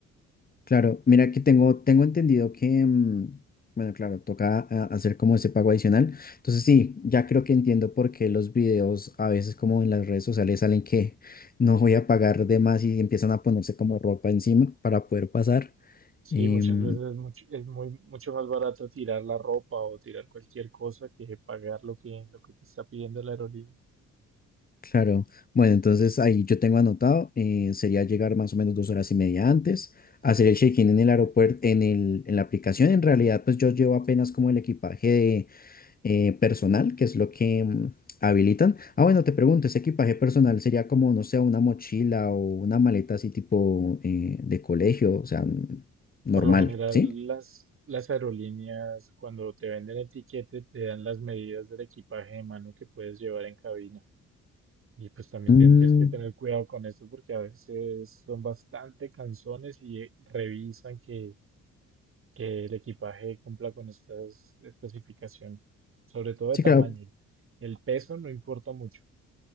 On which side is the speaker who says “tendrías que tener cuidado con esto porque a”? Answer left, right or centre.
Right